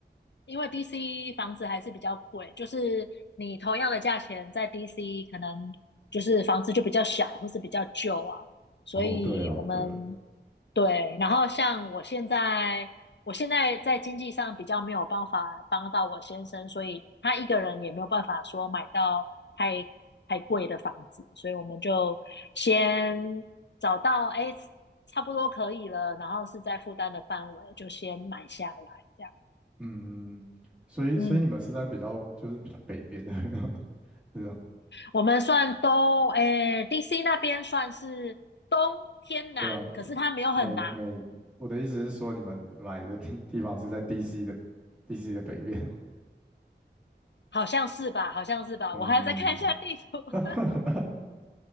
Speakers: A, on the left (about 70°); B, in the centre.
A: 因为 DC 房子还是比较贵，就是你同样的价钱在 DC 可能就是房子就比较小或是比较旧啊，所以我们
B: 哦，对了，对了，
A: 对，然后像我现在，我现在在经济上比较没有办法帮到我先生，所以他一个人也没有办法说买到太太贵的房子，所以我们就先找到哎差不多可以了，然后是在负担的范围就先买下来这样，
B: 嗯，嗯所以所以你们是在比较就是比较北边的，
A: 嗯。
B: <laughs> 对吧？
A: 我们算东，诶，DC 那边算是东偏南，
B: 对啊，
A: 可是它没有很南，
B: 每每我的意思是说，你们买的地地方是在 DC 的 DC 的北边哦。
A: 好像是吧？好像是吧？
B: 嗯，
A: 我还要再看一下地图。<laughs>
B: <laughs>